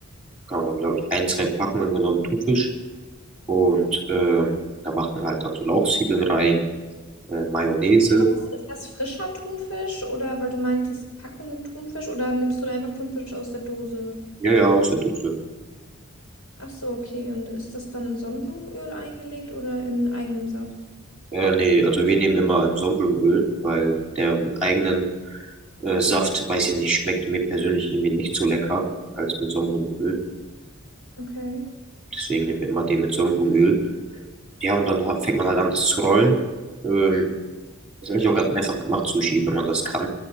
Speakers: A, in the centre; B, on the left.
A: kann man, glaube ich, ein, zwei Packungen genommen Thunfisch. Und ähm, da macht man halt dann so Lauchzwiebeln rein. Äh, Mayonnaise.
B: Ja, Was ist ist das frischer Thunfisch oder weil du meintest Packungen Thunfisch oder nimmst du da einfach Thunfisch aus der Dose?
A: Ja, ja, aus der Dose.
B: Ach so, okay. Und ist das dann in Sonnenblumenöl eingelegt oder in eigenem Saft?
A: Äh, nee, also wir nehmen immer ein Sonnenblumenöl, weil der mit eigenen äh, Saft, weiß ich nicht, schmeckt mir persönlich irgendwie nicht so lecker als mit Sonnenblumenöl.
B: Okay.
A: Deswegen nehmen wir immer den mit Sonnenblumenöl. Ja, und dann ha- fängt man halt an, das zu rollen. Ähm, ist eigentlich auch ganz einfach gemacht, Sushi, wenn man das kann.